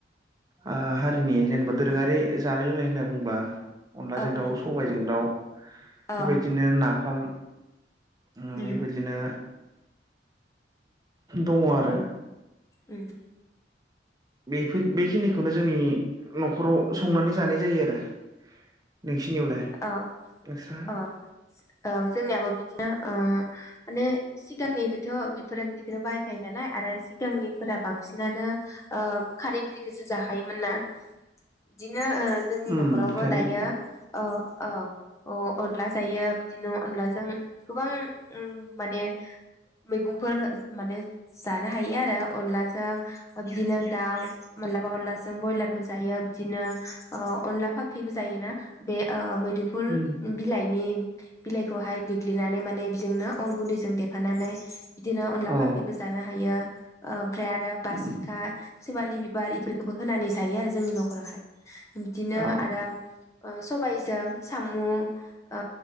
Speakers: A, on the right; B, on the left.
A: ओ हारिनि जेनेबा दोरोङारि जानाय लोंनाय होनना बुङोब्ला अनलाजों
B: औ
A: दाउ सबायजों दाउ
B: औ
A: बेबायदिनो नाफाम हुम
B: उम
A: बेबायदिनो दङ आरो
B: उम
A: बेफोइद बेखिनिखौनो जोंनि न'खराव संनानै जानाय जायो आरो नोंसिनियावलाय?
B: औ
A: नोंस्रा
B: अ ओ जोंनियाबो बिदिनो ओ माने सिगांनिफायथ' बेफोर ओंख्रिखौनो बाहायखायो नालाय आरो सिगांनिफोरा बांसिनानो ओ खारै ओंख्रिखौसो जाखायोमोन ना बिदिनो ओ जोंनि
A: उम
B: न'खरावबो
A: खारैनि
B: दायो अ औ अ अनला जायो बिदिनो अनलाजों गोबां उम माने मैगंफोर माने जानो हायो आरो अनलाजों बिदिनो दाउ मालाबा अनलाजों ब्रयलारबो जायो बिदिनो ओ अनला फाख्रिबो जायोना! बे ओ मैदुफुल
A: उम
B: बिलाइनि बिलाइखौहाय देग्लिनानै माने बेजोंनो अन गुन्दैजों देफानानै बिदिनो अनला
A: औ
B: फाख्रिबो जानो हायो, ओ ओमफ्राय आरो बासिखा
A: उम
B: सिवालि बिबार इफोरखोबो होनानै जायो आरो जोंनि न'खरावहाय। बिदिनो
A: अ
B: आरो ओ सबायजों सामु ओ